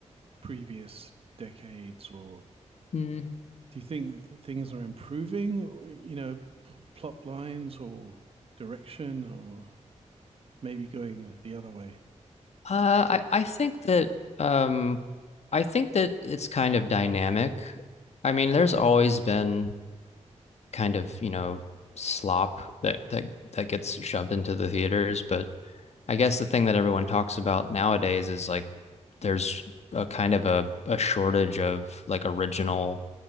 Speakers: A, on the right; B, on the left.
A: previous decades? Or
B: Hmm.
A: do you think that things are improving, you know, p- plot lines or direction, or maybe going the other way?
B: Uh, I, I think that um, I think that it's kind of dynamic. I mean, there's always been kind of, you know, slop that that that gets shoved into the theaters, but I guess the thing that everyone talks about nowadays is like there's a kind of a, a shortage of like original